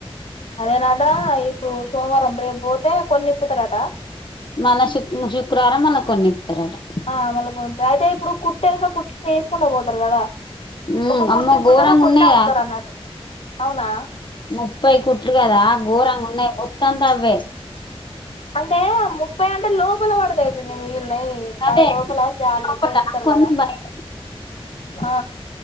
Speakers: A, on the left; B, on the left.
A: అదేనాట ఇప్పుడు సోమవారం రేపు పోతే కొన్ని ఇప్పుతారట,
B: మల్ల శుక్రవారం మల్ల కొన్ని ఇప్పుతారట,
A: ఆ మల్ల కొన్ని అయితే ఇప్పుడు కుట్టా ఎనుక కుట్ వసుకుంటడా పోతారు కదా,
B: ఉ
A: ఒక కుట్టి
B: అమ్మ
A: ఇప్పుతారు
B: గఘోరంగా
A: కొట్టి
B: ఉన్నాయా
A: ఆపుతారు అన్నట్టు అవునా
B: ముప్పై కుట్లు కదా గోరంగా ఉన్నాయి బొత్త అంతా అవే,
A: అంటే ముప్పై అంటే లోపల పడతాయి పిన్ని మీ, అయి బయ్
B: అదే
A: లోపల జాలి
B: లోపట
A: గిట్లా ఏస్తారు
B: కొన్ని
A: కదా
B: బయట
A: ఆ